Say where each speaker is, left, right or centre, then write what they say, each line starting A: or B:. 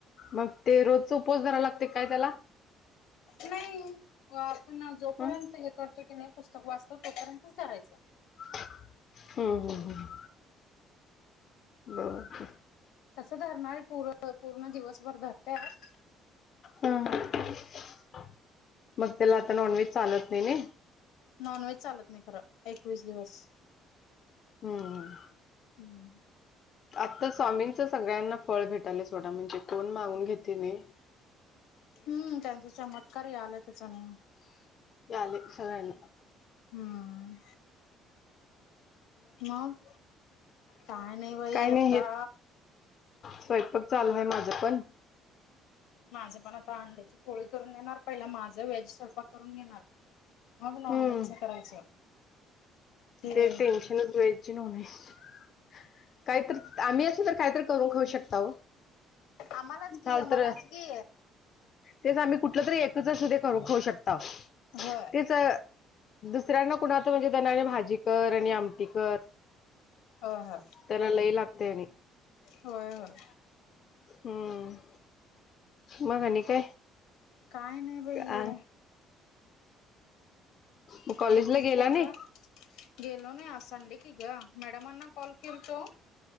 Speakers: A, on the left; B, on the left.
A: मग ते रोच्च उपवास धरायला लागतय काय त्याला?
B: नाई. व आपण जोपर्यंत
A: हं.
B: हे करतो की नाही पुस्तक वाचतो तोपर्यंतच धरायचं
A: हम्म हम् ह बर
B: तसं धरणारी पूर पूर्ण दिवसभर धरत्यात
A: ह ह मग त्याला आता नॉन व्हेज चालत नयी
B: नॉन व्हेज चालत नाही खरं एकवीस दिवस.
A: हं.
B: हम्
A: आता स्वामींच सगळ्यांना फळ भेटालेय. सोडा म्हणजे कोण मागून घेते कणी
B: हम्म त्यांचा चमत्कार यायल्यातच आणी
A: यायले सगळ्यांना
B: हम्म. मग काय नाही बाई
A: काय नाही
B: आता
A: हेच स्वयंपाक चालू आहे माझा पण.
B: माझं पण आता अंड्याची पोळी करून देणार. पहिला माझं वेज स्वयंपाक करून घेणार. मग नॉन
A: हम्म
B: व्हेजच करायचं. हे
A: ते टेन्शनच व्हेज च नॉनव्हेज च. काहीतरी त आम्ही आसेल तर काहीतरी करून खाऊ शकता हो.
B: आम्हालाच
A: चाल
B: की
A: तर
B: मलाच की.
A: तेच आम्ही कुठलं तरी एकच शुधे करून खाऊ शकता
B: होय
A: तेच दुसऱ्यांना कुणाला तर म्हणजे त्यांना भाजी कर आणि आमटी कर.
B: होय होय
A: त्याला लई लागतय आणि
B: होय होय.
A: हम्म मग आणी काय?
B: काय नाही बाई
A: का म
B: आता
A: काॅलेज
B: मग
A: ला
B: तुझी
A: गेला
B: पोरं
A: नाही
B: गेलो नाही आज संडे कि ग. मॅडमांना कॉल केलतो